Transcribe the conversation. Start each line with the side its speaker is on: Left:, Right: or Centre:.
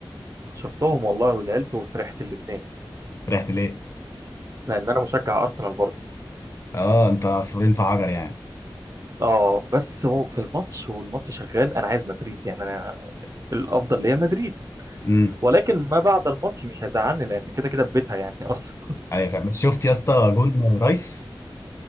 Right: شفتهم والله وزعلت وفرحت الاثنين
Left: رحت ليه؟
Right: لان انا مشجع ارسنال برضه
Left: اه انت عصفورين في حجر يعني
Right: اه بس هو في الماتش والماتش شغال انا عايز مدريد يعني انا الافضل ليا مدريد
Left: امم
Right: ولكن ما بعد الماتش مش هيزعلني لان كده كده في بيتها يعني ارسنال
Left: ايوه فاهم بس شفت يا اسطى جون رايس